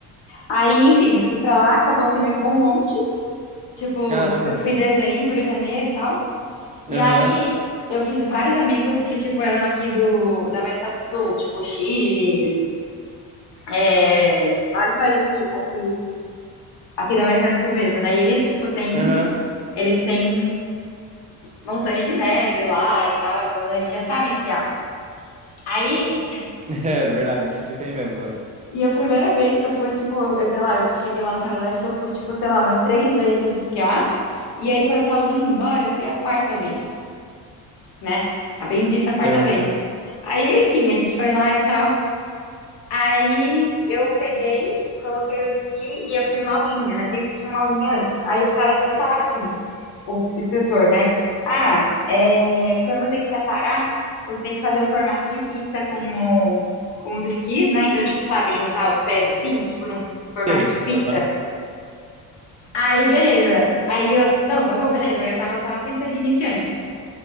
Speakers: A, on the left; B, on the right.
A: Aí, enfim, eu fui pra lá, acabou que nevou um monte, tipo,
B: Caramba,
A: que eu fui em dezembro, janeiro e tal. E
B: aham,
A: aí eu fiz vários amigos que, tipo, eram aqui do, da América do Sul, tipo Chile, é, vários países aqui, aqui, aqui da América do Sul mesmo, né? E eles, tipo, têm,
B: aham.
A: eles têm montanha de neve lá e tal, nanana, eles já sabem esquiar. Aí,
B: <laughs> É, verdade, no Chile tem mesmo, né?
A: E a primeira vez que eu fui, tipo, eu sei lá, eu cheguei lá no Canadá, acho que eu fui, tipo, sei lá, umas três vezes esquiar. E aí, quando eu tava vindo embora, eu fui a quarta vez, né? A bendita quarta
B: Aham,
A: vez. Aí, enfim, a gente foi lá e tal. Aí eu peguei, coloquei o esqui e eu fiz uma aulinha, né? Sempre tinha uma aulinha antes. Aí o cara sempre falava assim: o instrutor, né? Ah, é, quando você quiser parar, você tem que fazer o formato de pizza com, o- com os esquis, né? Então, tipo, sabe, juntar os pés assim, tipo, num formato
B: Tem,
A: de pizza.
B: aham.
A: Aí, beleza. Aí eu. Não, tá bom, beleza. Aí eu tava só na pista de iniciante.